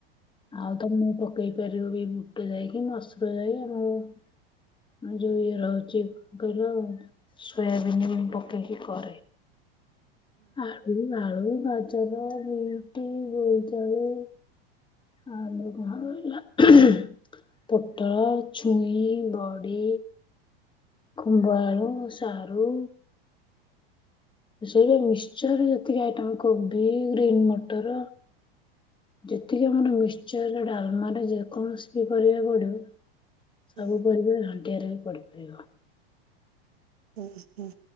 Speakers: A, on the left; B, on the right.
A: ଆଉ ତମେଁ ପକେଇ ପାରିବ ବି ବୁଟେ ଯାଇକି <unintelligible> ଯୋଉ ଇଏ ରହୁଛି, କଣ କହିଲ ସୋୟାବିିନ ବି ପକେଇକି କରେ। ଆଳୁ ଆଳୁ ଗାଜର ବିଟି ବୋଇତାଳୁ ଆମ ଭ <unintelligible> ପୋଟଳ ଛୁଇଁ ବଡ଼ି ଖୁମ୍ଭ ଆଳୁ ସାରୁ ସେଇଆ ମିକ୍ସଚରରେ ଯେତିକି ଆଇଟମ କବି ଗ୍ରୀନ୍ ମଟର ଯେତିକି ଆମର ମିକ୍ସଚର ଡାଲମାରେ ଯେକୌଣସି ବି ପରିବା ପଡିବ ସବୁ
B: ହୁଁ
A: ପରିବ ହଣ୍ଡିଆରେ ବି ପଡିପାରିବ
B: ହୁଁ ହୁଁ